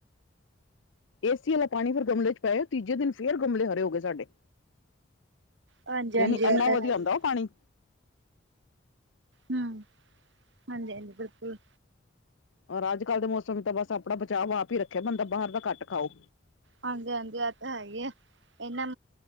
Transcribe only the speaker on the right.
ਹਾਂਜੀ ਹਾਂਜੀ
ਇਹ
ਤਾਂ
ਹੈ ਹੀ
ਹੂੰ ਹਾਂਜੀ-ਹਾਂਜੀ ਬਿਲਕੁਲ।
ਹਾਂਜੀ-ਹਾਂਜੀ, ਐ ਤਾਂ ਹੈਗੇ ਆ ਏਨਾਂ